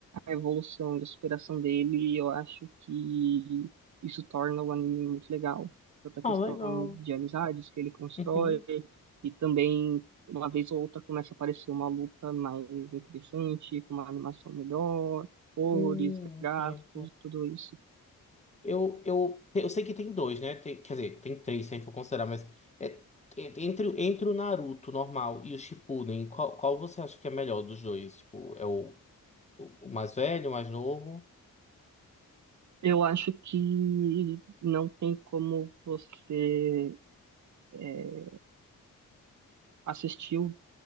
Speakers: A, on the right; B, on the left.
A: a evolução e a superação dele, eu acho que isso torna o anime muito legal. Tanto a
B: Ah,
A: questão
B: legal.
A: de amizades que ele constrói
B: Uhum.
A: e também, uma vez ou outra, começa a aparecer uma luta mais interessante, com uma animação melhor, cores,
B: Uhum.
A: gráficos, tudo isso.
B: Eu, eu, eu sei que tem dois, né? Tem- quer dizer, tem três, se a gente for considerar, mas é, é- entre, entre o Naruto normal e o Shippuden, qual, qual você acha que é melhor dos dois? Tipo, é o, o, o mais velho, o mais novo?
A: Eu acho que não tem como você é, Assisti o